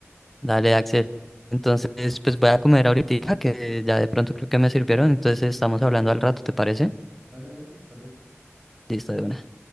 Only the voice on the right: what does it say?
Dale, dale, está bien.